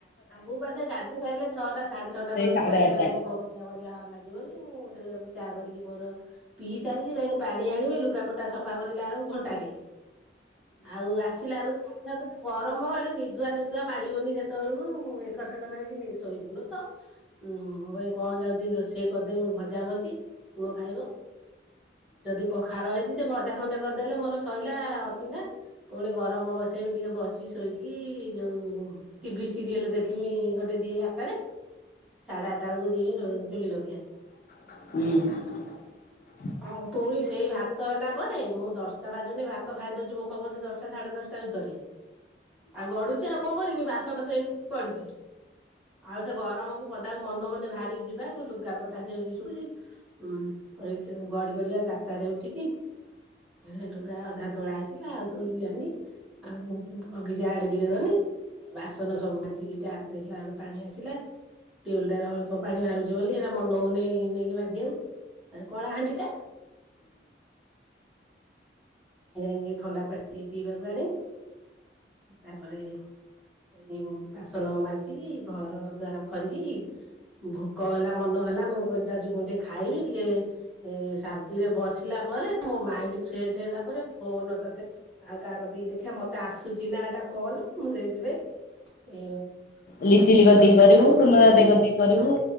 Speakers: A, in the centre; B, on the left.
A: ଆଉ ମୁଁ, ପା ସେ ଗାଧୋଇ ସାଇଲେ, ଛଅଟା, ସାଢେ ଛଅଟା
B: ସେଇ
A: ବେଳକୁ
B: ସାଢେ
A: ମତେ
B: ଆଠଟା
A: ବା ଭୋକ କରିବା ଲାଗିବନି, ମୁଁ ସେଇଆ ଚା କରିକି ମୋର ପିଇ ସାରିକି, ଯାଇକି ପାଣି ଆଣିବି, ଲୁଗାପଟା ସଫା କରିଲା ବେଳକୁ ଘଣ୍ଟାଟେ, ଆଉ ଆସିଲା ବେଳକୁ ସାଢେ ସାତଟା, ଗରମ ଆଡେ ନିଦୁଆ, ନିଦୁଆ ମାଡିବନି ସେତେବେଳକୁ ଏକା ସାଙ୍ଗରେ କିିନି ଶୋଇିବୁନୁ। ମୁଁ ଏଇ କଁ ଯାଉଛି, ରୋଷେଇ କରିଦେବି, ମୁ ଭଜା ଭଜି ପୁଅ ଖାଇବ, ଯଦି ପଖାଳ ହେଇଛି, ସେ ଭଜା ଖଣ୍ଡେ କରିଦେଲେ, ମୋର ସ ଇଲା, ଅଚିନ୍ତା ପୁଣି ଗରମ ବସେଇ ବି ଟିକେ ବସି, ଶୋଇକି ଯୋଉ ଟିଭି ସିରିଏଲ ଦେଖିବି, ଗୋଟେ ଦିଏ ଆଟରେ ସାଢେ ଆଠା ବେଳକୁ ଯିବି ଚୁଲି ଲଗେଇ ଆ
B: ଉଁ
A: ଆଉ ପୁଣି ସେଇ ଭାତ ହେଲା ପରେ, ମୁଁ ଦଶଟା ବାଜୁନି ଭାତ ଖାଇ ଦଉଛି, ଭୋକ କରୁଛି, ଦଶଟା ସାଢେ ଦଶଟା ଭିତରେ, ଆଉ ଗଡୁଛି, ଆଉ କଣ କରିବି, ବାସ ସ <inaudible> ପଡିଛି। ଆଉ ସେ ଗରମକୁ ପଦାକୁ ମନ ହଉନି, ବାହାରିକି ଯିବା, ଲୁଗାପଟା ସେମ ଏଇ, ଗଡି ଗଡିଆ ଚାରିଟା ରେ ଉଠିକି ହେ, ଲୁଗା ଅଧାତୋଳା ହେଇ ଲା ତୋଳି ଆ ନି, ଆଉ ବଗିଚା ଆଡେ ଟିକେ ଗନି, ବାସନ ସବୁ ଟିଆପ ଦେଖିଲା ବେଳକୁ ପାଣି ଆସିଲା, ଟିଅଲ ଟାରେ ଅଳପ ପାଣି ବାହାରୁଛି, ବୋଲି ଏରା ମନ ହୋଉନେଇ, ନେଇକି ମାଜିବାକୁ ଆାଉ କଳାହାଣ୍ଡି ଟା ଯାଇକି, ଥଣ୍ଡା ପାଣି ଟିକେ ପିଇବାକୁ ଆଣିବି । ତାପରେ ଏଇ ବାସନ ମାଜିିକି, ଘର, ଦୁଆର ଖରି କିକି, ଭୋକ ହେଲା, ମନ ହେଲା ମୁଁ କ ଯାଉଛି, କଣ ଟିକେ ଖାଇବି, ଟିକେ ଶାନ୍ତିରେ ବସିଲା ପରେ, ମୋ ମାଇଣ୍ଡ ଫ୍ରେଶ ହେଲା ତାପରେ, ଫୋନ ତତେ ଆଉ କାହା କତିକି ଦେଖିବା, ମତେ ଆସୁଚି ନା ଏଇଟା କଲ୍ ମୁଁ ଯାଇଥିବ ହ <inaudible>
B: ଲିଟିଲି କତିକି କରିବୁ, ସୁନଦା ଦେଇ କରିବୁ